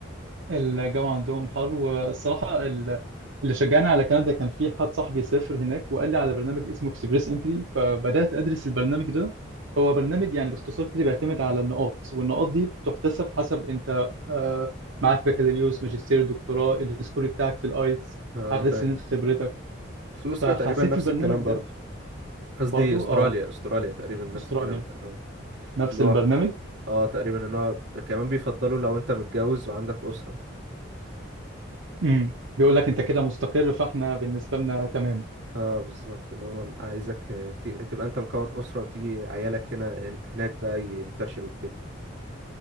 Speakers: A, on the right; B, on the right.
A: الجامعة عندهم حر والصراحة ال- اللي شجعني على كندا كان في حد صاحبي سافر هناك وقال لي على برنامج اسمه اكسبريس انتري فبدأت أدرس البرنامج ده هو برنامج يعني باختصار كده بيعتمد على النقاط والنقاط دي بتحتسب حسب أنت آه، معاك بكالوريوس ماجستير دكتوراه السكور بتاعك في الآيلتس
B: اه
A: عدد
B: فاهم
A: سنين خبرتك
B: سويسرا
A: فحسيت
B: تقريبا نفس
A: البرنامج
B: الكلام
A: ده
B: برضه قصدي
A: برضو
B: استراليا
A: اه
B: استراليا تقريبا نفس
A: استراليا
B: الكلام ده اه
A: نفس
B: اللي
A: البرنامج
B: هو اه تقريبا ان هو كمان بيفضلوا لو انت متجوز وعندك اسره
A: امم بيقول لك أنت كده مستقر فاحنا بالنسبة لنا تمام
B: اه بالظبط اللي هو عايزك آه، ت- تبقى انت مكون اسره وتيجي عيالك هنا هن- هناك بقى ينتشروا كده